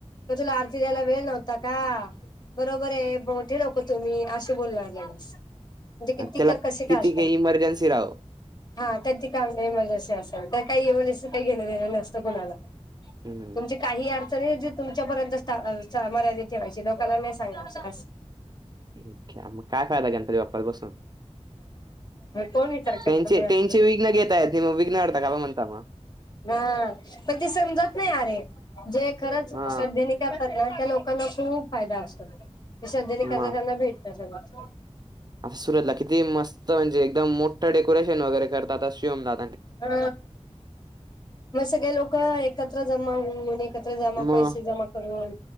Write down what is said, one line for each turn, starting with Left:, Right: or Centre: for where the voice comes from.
Left: त तुला आरती द्याला. वेळ नव्हता का, बरोबर आहे मोठे नको तुम्ही असे बोलू लागलेस. म्हणजे किती
Right: त्याला
Left: का कसे काय
Right: किती
Left: असत.?
Right: काही इमर्जन्सी राहो
Left: हा त्यांची काम नाही मलाशी असेल तर काही म काही घेणं देणं नसतं कुणाला.
Right: हम्म
Left: तुमची काही अडचण आहे जे तुमच्यापर्यंत मर्यादित ठेवायची लोकाांला नाही सांगा. <unintelligible>
Right: मग काय फायदा घेण तरी बसून.
Left: कोण विचार करत
Right: त्यांचे
Left: बाई असं
Right: त्यांचे
Left: गोष्टी
Right: घेताय म विघ्न का म्हणता मग.
Left: हा पण ते समजत नाही अरे, जे खरंच
Right: हा
Left: श्रद्धे न काातात ना त्या लोक. लोकांना खूप फायदा असतो श्रद्धने
Right: मग
Left: करता त्यांना भेटत सगळं.
Right: आता सुरतला किती मस्त म्हणजे एकदम मोठं वगैरे शिवमला.
Left: हा मग सगळे लोक एकत्र जमा होऊन एक. क जमा
Right: मग
Left: पैसे जमा करून.